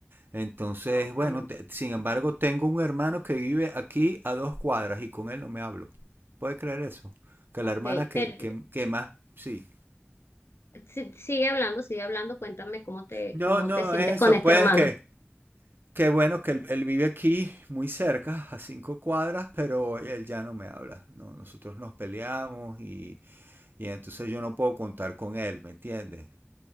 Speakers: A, on the right (about 50°); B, on the left (about 65°).
A: Entonces,
B: Ok,
A: bueno, te- sin embargo, tengo un hermano que vive aquí a dos cuadras y con él no me hablo. ¿Puede creer eso? Que
B: ok.
A: la hermana que,
B: pero
A: que, que más, sí.
B: si- sigue hablando, sigue hablando. Cuéntame cómo te,
A: No,
B: cómo
A: no,
B: te sientes
A: eso,
B: con este
A: pues
B: hermano.
A: que, que bueno que él, él vive aquí muy cerca, a cinco cuadras, pero él ya no me habla, ¿no? Nosotros nos peleamos y, y entonces yo no puedo contar con él, ¿me entiendes?